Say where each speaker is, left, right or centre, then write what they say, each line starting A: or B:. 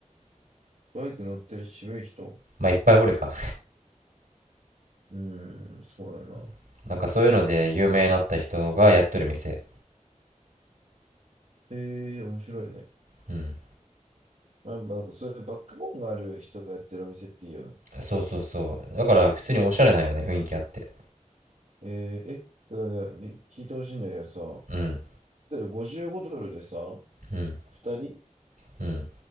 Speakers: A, on the right; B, on the right.
A: バイク乗ってる渋い人。
B: まあいっぱいおるか
A: うーん、そうやな。
B: <laughs> なんかそういうので有名になった人がやっとる店
A: ええ面白いね。
B: うん
A: まあ、なんかそういうバックボーンがある人がやってるお店っていいよな。
B: そうそうそうだから普通におしゃれなんよね雰囲気あって
A: えー、え、だからみ聞いてほしいんだけどさ、ホ
B: うん
A: テル55ドルでさ、
B: うん
A: 2人
B: うん